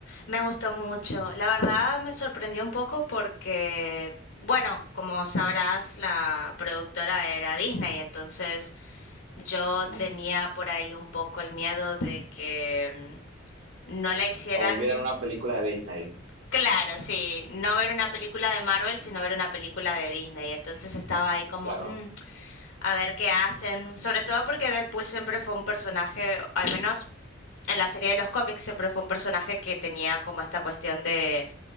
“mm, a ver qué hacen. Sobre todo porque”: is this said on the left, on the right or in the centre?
Left